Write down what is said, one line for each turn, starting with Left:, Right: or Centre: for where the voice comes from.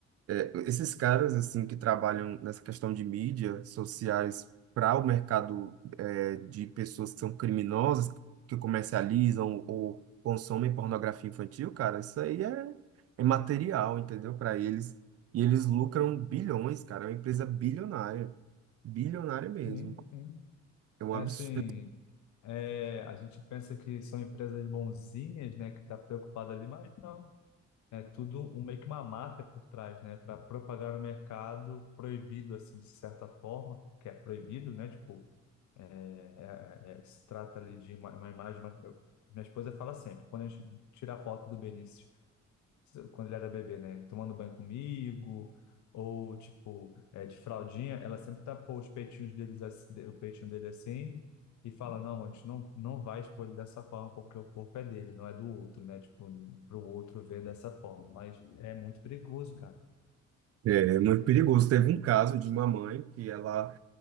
Right: é, esses caras assim que trabalham nessa questão de mídia sociais para o mercado é, de pessoas que são criminosas, que comercializam ou consomem pornografia infantil, cara, isso aí é, é material, entendeu? Para eles. E eles lucram bilhões, cara. É uma empresa bilionária. Bilionária mesmo.
Left: Sim, sim.
Right: É um
Left: É
Right: absurdo
Left: assim, é, a gente pensa que são empresas bonzinhas, né, que tá preocupada ali, mas não. É tudo um, meio que uma máfia por trás, né, para propagar o mercado proibido, assim, de certa forma, que é proibido, né, tipo, é, é- é- se trata ali de uma, uma imagem. uma- eu- minha esposa fala sempre, quando a gente tira a foto do Benício quando ele era bebê, né? Tomando banho comigo, ou tipo, é, de fraldinha, ela sempre tapou os peitinhos deles, assim- de- o peitinho dele assim, e fala, não, a gente não, não vai expor ele dessa forma, porque o corpo é dele, não é do outro, né? Tipo, pro outro ver dessa forma. Mas é muito perigoso, cara.
Right: É, é muito perigoso. Teve um caso de uma mãe que ela,